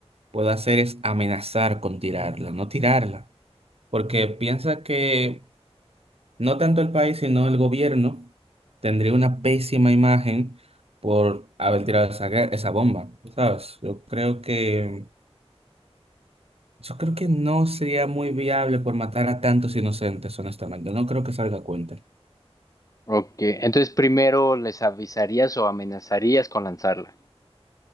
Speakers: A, on the right (about 65°); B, on the left (about 30°).
A: puedo hacer es amenazar con tirarla, no tirarla. Porque piensa que no tanto el país, sino el gobierno, tendría una pésima imagen por haber tirado esa, gue- esa bomba, ¿sabes? Yo creo que, yo creo que no sería muy viable por matar a tantos inocentes, honestamente. No creo que salga a cuenta.
B: Ok, entonces primero les avisarías o amenazarías con lanzarla.